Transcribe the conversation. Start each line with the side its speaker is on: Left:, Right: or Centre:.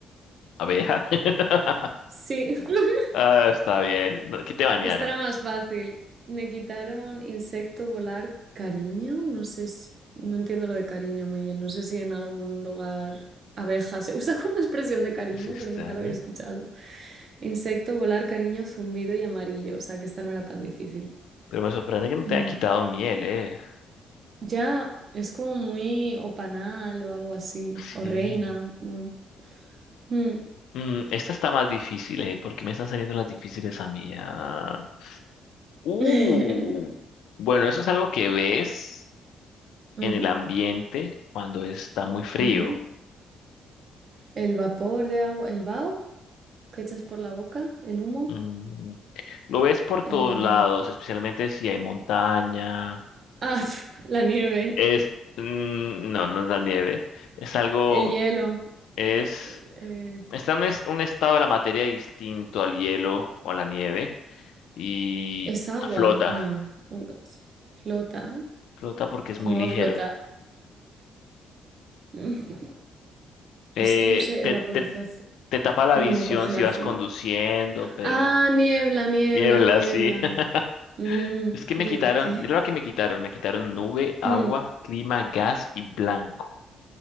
Left: Abeja. <laughs>
Right: Sí. <laughs>
Left: Ah, está bien. No, ¿qué te banearon,
Right: Esta era
Left: por
Right: más
Left: cierto?
Right: fácil. Me quitaron insecto, volar, cariño. No sé, s- no entiendo lo de cariño muy bien. No sé si en algún lugar abeja se <laughs> usa como expresión de cariño,
Left: Es extraño.
Right: pero nunca la había escuchado. Insecto, volar, cariño, zumbido y amarillo. O sea que esta no era tan difícil.
Left: Pero me sorprende que no te
Right: Mm.
Left: hayan quitado miel, ¿eh?
Right: Ya es como muy o panal o algo así.
Left: Sí.
Right: O reina. mm. Mm.
Left: Mm, esta está más difícil, ¿eh? ¿Por qué me están saliendo las difíciles a mí? Ah. Uh.
Right: <laughs>
Left: Bueno, eso es algo que ves
Right: Ujú,
Left: en el ambiente cuando está muy frío.
Right: ujú. El vapor de agua, el vaho que echas por la boca, el humo.
Left: Mm, Lo ves por todos
Right: eh,
Left: lados, especialmente si hay montaña.
Right: Ah, <laughs> la nieve,
Left: Es, mm, no, no es la nieve. Es algo,
Right: el hielo,
Left: que- es,
Right: eh,
Left: está en un, es- un estado de la materia distinto al hielo o a la nieve y
Right: ¿es agua?
Left: flota.
Right: No, un gas. ¿Flota?
Left: Flota porque es
Right: ¿Cómo
Left: muy ligero.
Right: va a flotar? <laughs> Mm,
Left: Eh,
Right: Es que no sé,
Left: te,
Right: evaporización.
Left: te, te tapa la
Right: No,
Left: visión
Right: congelación.
Left: si vas conduciendo, pero
Right: Ah, niebla, niebla,
Left: niebla,
Right: niebla.
Left: sí. <laughs>
Right: Mm,
Left: Es que me
Right: digo,
Left: quitaron,
Right: ¿qué?
Left: mira lo que me quitaron. Me quitaron nube, agua,
Right: Mm,
Left: clima, gas y blanco.